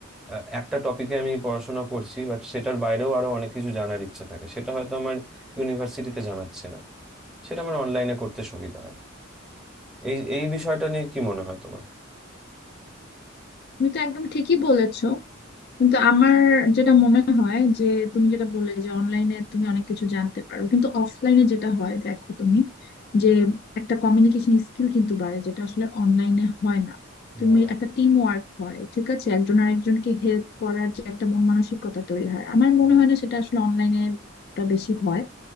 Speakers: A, in the centre; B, on the left.
A: আহ, একটা টপিকে আমি পড়াশোনা করছি বাট সেটার বাইরেও আরো অনেক কিছু জানার ইচ্ছে থাকে সেটা হয়তো আমার ইউনিভার্সিটিতে জানাচ্ছে না সেটা আমার অনলাইনে করতে সুবিধা হয় এই এই বিষয়টা নিয়ে কি মনে হয় তোমার
B: তুমি তো একদম ঠিকই বলেছো কিন্তু আমার যেটা মনে হয় যে তুমি যেটা বললে যে অনলাইনে তুমি অনেক কিছু জানতে পারো কিন্তু অফলাইনে যেটা হয় দেখো তুমি যে একটা কমিউনিকেশন স্কিল কিন্তু বাড়ে যেটা আসলে অনলাইনে হয় না
A: হুম
B: তুমি একটা টিম ওয়ার্ক করে ঠিক আছে একজন আরেকজনকে হেল্প করার যে একটা মন মানসিকতা তৈরি হয় আমার মনে
A: হুম
B: হয় না সেটা আসলে অনলাইনে বেশি হয়